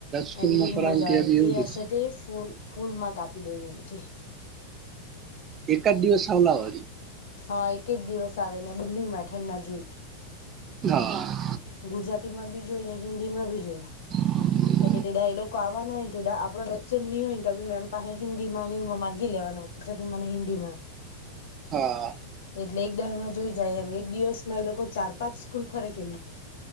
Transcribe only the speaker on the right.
સ્કૂલમાં
કરવાનું
ત્યાં
બી
એવું જ
એકદ દિવસ આવલા વરી.
હા.
<inaudible> <unintelligible>
હા.